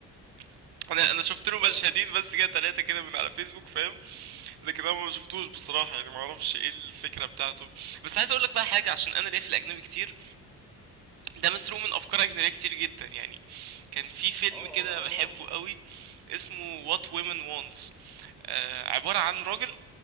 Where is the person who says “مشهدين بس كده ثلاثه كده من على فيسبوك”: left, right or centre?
Right